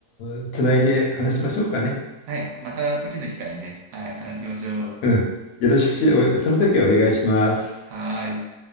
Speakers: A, on the left; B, on the right.
A: の、つないで話しましょうかね。
B: はいまた次の機会にね、はい、話しましょう。
A: うん。よろしくし、おその時はお願いします。
B: はーい。